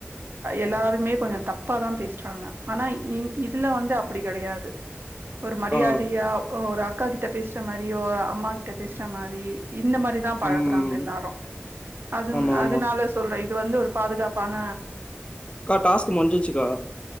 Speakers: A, on the right; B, on the left.
A: எல்லாருமே கொஞ்சம் தப்பாதா பேசுறாங்க ஆனா இ இதுல வந்து அப்டி கடையாது து ஒரு மரியாதையா
B: ஆ
A: ஒரு அக்கா கிட்ட பேசுற மாரியோ அம்மா கிட்ட பேசுற மாரி இந்த மாரிதா பழகுறாங்க
B: ம்.
A: எல்லாரும் அது
B: ஆமாமா.
A: அதனால இது வந்து ஒரு பாதுகாப்பான
B: அக்கா டாஸ்க் முஞ்சிச்சிக்கா